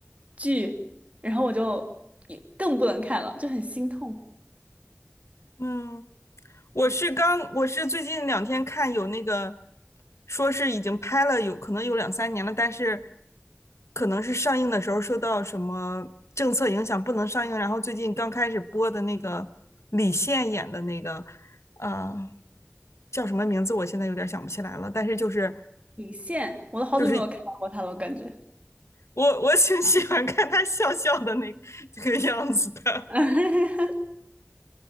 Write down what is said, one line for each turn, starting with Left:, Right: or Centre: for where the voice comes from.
Right: 剧，然后我就也更不能看了，就很心痛。
Left: 嗯，我是刚，我是最近两天看有那个，说是已经拍了有可能有两三年了，但是可能是上映的时候受到什么政策影响不能上映，然后最近刚开始播的那个李现演的那个，呃，叫什么名字？我现在有点想不起来了，但是就是
Right: 李现，我都好久没有看到过他了，
Left: 就是
Right: 我感觉。
Left: 我我挺喜欢看他笑笑的那个这个样子的。
Right: <laughs>